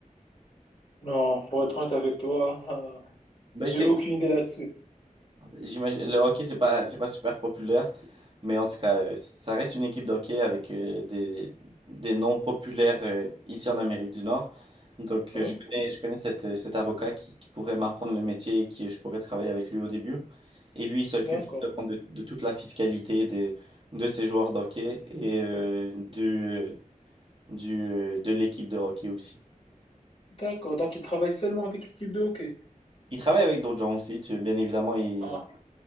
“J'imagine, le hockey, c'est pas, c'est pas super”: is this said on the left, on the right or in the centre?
Right